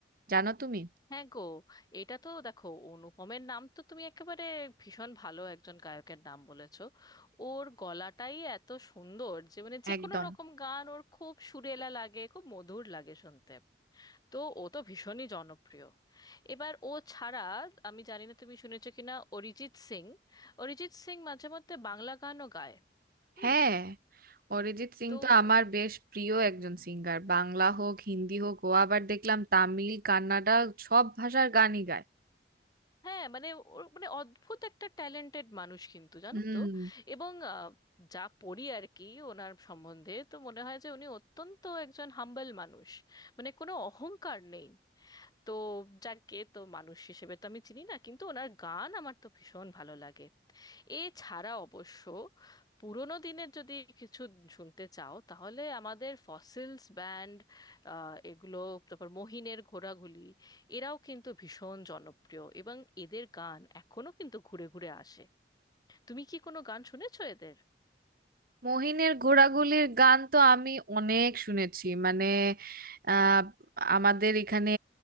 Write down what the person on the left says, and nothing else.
হ্যাঁ গো এটা তো দেখো অনুপমের নাম তো তুমি একেবারে ভীষণ ভালো একজন গায়কের নাম বলেছো ওর গলাটাই এত সুন্দর যে মানে যে
কোনো রকম গান ওর খুব সুরেলা লাগে খুব মধুর লাগে শুনতে তো ও তো ভীষণই জনপ্রিয় এবার ও ছাড়া আমি জানি না তুমি শুনেছো কিনা অরিজিৎ সিং অরিজিৎ সিং মাঝে মধ্যে বাংলা গানও গায় হুম
তো
হ্যাঁ মানে ওর মানে অদ্ভুত একটা ট্যালেন্টেড মানুষ কিন্তু জানো
তো এবং আহ, যা পড়ি আর কি ওনার সম্বন্ধে তো মনে হয় যে উনি অত্যন্ত একজন হাম্বল মানুষ মানে কোনো অহংকার নেই তো যাকে তো মানুষ হিসেবে তো আমি চিনি না কিন্তু ওনার গান আমার তো ভীষণ ভালো লাগে এছাড়া অবশ্য পুরোনো দিনের যদি কিছু শুনতে চাও তাহলে আমাদের ফসিলস ব্যান্ড এগুলো তারপর মহিনের ঘোড়াগুলি এরাও কিন্তু ভীষণ জনপ্রিয় এবং এদের গান এখনো কিন্তু ঘুরে ঘুরে আসে তুমি কি কোনো গান শুনেছো এদের